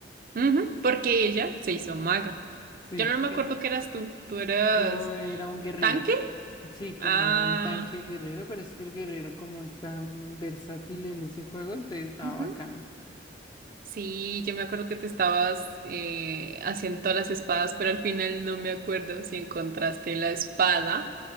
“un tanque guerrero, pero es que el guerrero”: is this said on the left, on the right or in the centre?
Left